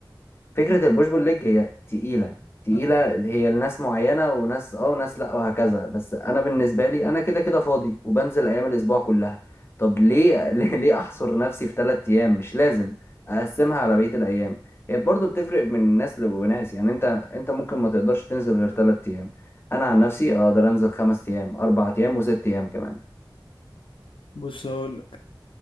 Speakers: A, on the left (about 30°); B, on the left (about 85°).
A: فكرة البوش بول ليج هي تقيلة تقيلة
B: آه.
A: هي لناس معينة وناس اه وناس لا وهكذا بس انا بالنسبة لي انا كده كده فاضي وبنزل ايام الاسبوع كلها طب ليه <laughs> ليه ليه احصر نفسي في ثلاث ايام مش لازم اقسمها على بقية الايام هي برضو بتفرق من ناس لناس يعني انت انت ممكن ما تقدرش تنزل غير ثلاث ايام انا عن نفسي اقدر انزل خمس ايام اربع ايام وست ايام كمان
B: بص هقول